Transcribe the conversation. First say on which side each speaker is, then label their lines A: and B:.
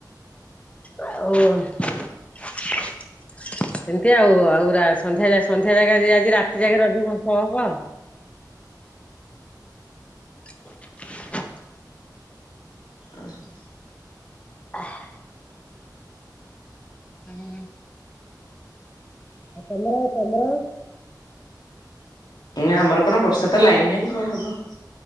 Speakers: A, on the left; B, on the left.
A: ଆଉ ସେମତି ଆଉ, ଆଉ ସନ୍ଧ୍ୟା ସନ୍ଧ୍ୟା ଜାଗା ଆଜି ରାତି ଯାଗେ ରଜ ମହୋତ୍ସବ ହବ। <unintelligible>
B: ଅଁ ହ।
A: ଆହା। <unintelligible> ଆଉ ତମର, ତମର?
B: ନା, ଆମର କଣ? ବର୍ଷା ତ ଲାଇନ ନାହିଁ, କଣ ହବ?